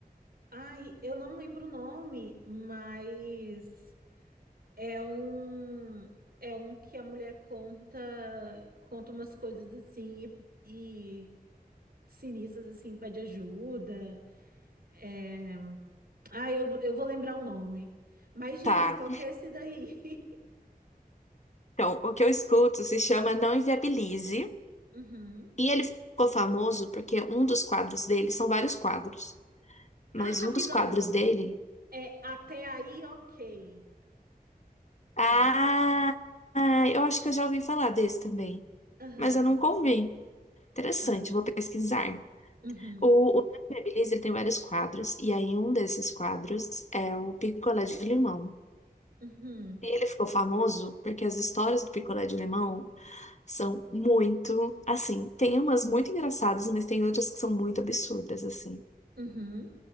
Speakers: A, on the right (about 75°); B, on the left (about 45°).
A: Ai, eu não lembro o nome, mas é um. É um que a mulher conta, conta umas coisas assim e, e sinistras assim, pede ajuda. É. Ah, eu, eu vou lembrar o nome. Mas diz,
B: Tá.
A: qual que é esse daí? <laughs>
B: Então, o que eu escuto se chama Não Inviabilize.
A: Uhum.
B: E ele ficou famoso porque um dos quadros dele são vários quadros. Mas
A: Ah, rapidão.
B: um dos quadros dele.
A: É até aí, ok.
B: Ah,
A: É, o-
B: ah, eu acho que eu já ouvi falar desse também.
A: aham.
B: Mas eu nunca ouvi. Interessante,
A: Ah,
B: vou pesquisar.
A: uhum,
B: O, o Nadia Beleza, ele tem vários quadros, e aí um desses quadros é o picolé de limão.
A: uhum,
B: E ele ficou famoso porque as histórias do picolé de limão são muito, assim, tem umas muito engraçadas, mas tem outras que são muito absurdas, assim.
A: uhum,